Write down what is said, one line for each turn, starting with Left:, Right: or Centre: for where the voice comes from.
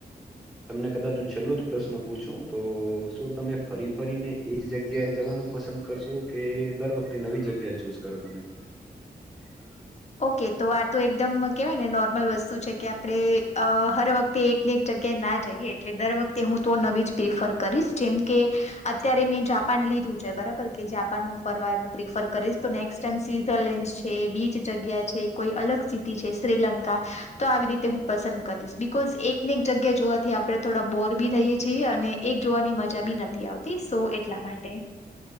Centre: તમને કદાચ છેલ્લો જ પ્રશ્ન પૂછું તો શું તમે ફરી ફરીને એજ જગ્યાએ જવાનું પસંદ કરશો કે દર વખતે નવી જગ્યા ચૂઝ કરો તમે- <inaudible>
Left: ઓકે તો આ તો એકદમ કેહેવાય ને નોર્મલ વસ્તુ છે કે આપણે અ હર વખતે એકને એક જગ્યાએ ના જઈએ એટલે દર વખતે હું તો નવી જ પ્રિફર કરીશ જેમ કે અત્યારે મેં જાપાન લીધું છે બરાબર કે જાપાન હું ફરવાનું પ્રિફર કરીશ તો નેક્સ્ટ જેમ સ્વીઝરલેન્ડ છે બી. જગ્યા છે કોઈ અલગ સિટી છે શ્રીલંકા તો આવી રીતે હું પસંદ કરીશ બી કોઝ એકને એક જગ્યા જોવાથી આપડણે થોડા બોર બી થઈએ છીએ અને એક જોવાની મજા બી નથી આવતી. પિસો એટલા માટે.